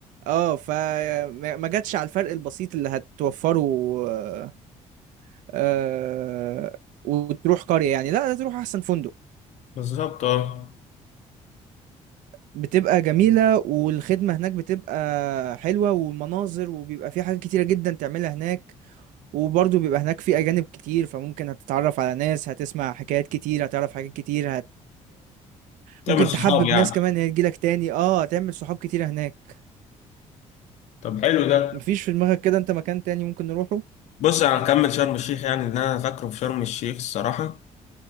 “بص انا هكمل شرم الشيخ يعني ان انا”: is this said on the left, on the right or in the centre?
Left